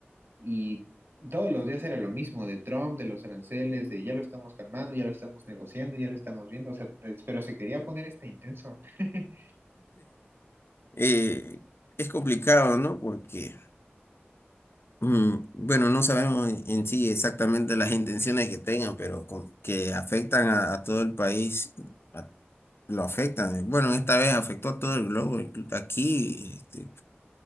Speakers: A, on the right (about 70°); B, on the left (about 70°).
A: y todos los días era lo mismo, de Trump, de los aranceles, de ya lo estamos calmando, ya lo estamos negociando, ya lo estamos viendo, o sea, es- pero se quería poner este intenso. <laughs>
B: Eh, es complicado, ¿no? Porque, mm, bueno, no sabemos en, en sí exactamente las intenciones que tengan, pero con- que afectan a, a todo el país, a- lo afectan. Bueno, esta vez afectó a todo el globo. inclu- Aquí, este,